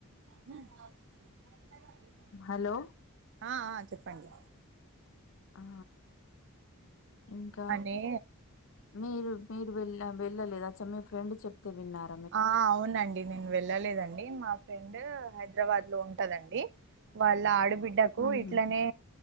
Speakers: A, on the right; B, on the left.
A: <inaudible>
B: హలో
A: ఆ ఆ చెప్పండి
B: ఆ ఇంకా
A: అని
B: మీరు మీరు వెళ్ళ వెళ్ళలేదా అచ్చం మీ ఫ్రెండ్ చెప్తే విన్నారు
A: ఆ అవునండి నేను వెళ్ళలేదండి మా ఫ్రెండ్ హైదరాబాద్ లో ఉంటదండి వాళ్ళ ఆడబిడ్డ బిడ్డ కు
B: ఉహుహు
A: ఇట్లనే